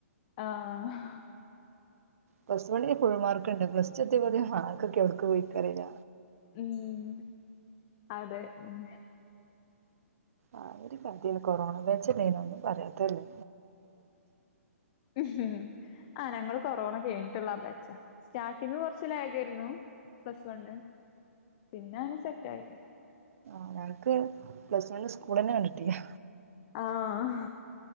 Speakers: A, on the left (about 30°); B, on the right (about 65°).
A: ആഹ്
B: പ്ലസ് വണ്ണിൽ ഫുൾ മാർക്ക്ണ്ട് പ്ലസ് ടു എത്തിയപ്പോത്ത്ന് മാർക്കൊക്കെ എവിട്ക്ക് പോയിക്കറീല്ല
A: ഉം അതെ ഉം
B: ആ ഒരു കതേണ് കൊറോണ ബേച്ചല്ലേനോ ഒന്നും പറയാത്തല്ലേ
A: ഉം ആ ഞങ്ങള് കൊറോണ കഴിഞ്ഞിട്ട്ള്ള ആ ബേച്ചാ സ്റ്റാർട്ടിങ്ങ് കൊറ്ച്ച് ലേഗേര്ന്നു പ്ലസ് വണ് പിന്നെ അങ്ങ് സെറ്റായി
B: ആ ഞങ്ങക്ക് പ്ലസ് വൺ സ്കൂൾ തന്നെ കണ്ടിട്ടില്ലാ
A: ആഹ്